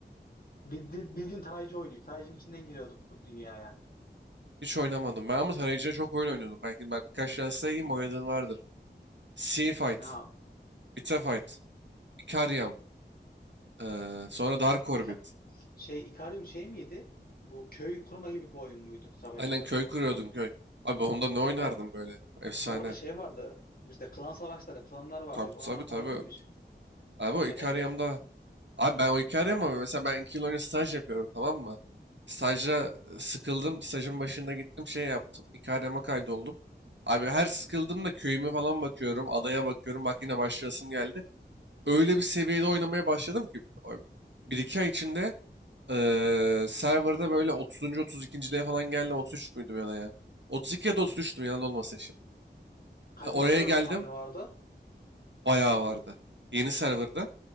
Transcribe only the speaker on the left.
bildi- bildiğin tarayıcı oyunu. Tarayıcının içinden giriyorduk o dünyaya.
Ne yap?
İka- şey Ikarium şey miydi? Bu köy kurma gibi bir oyun muydu savaşta?
E, o
orada şey vardı. Bizde klan savaşları, klanlar vardı.
Ona,
oynadın mı hiç?
Hayır,
hayır.
Hı hı
hı
Kaç,
ne kadar
online'ı vardı?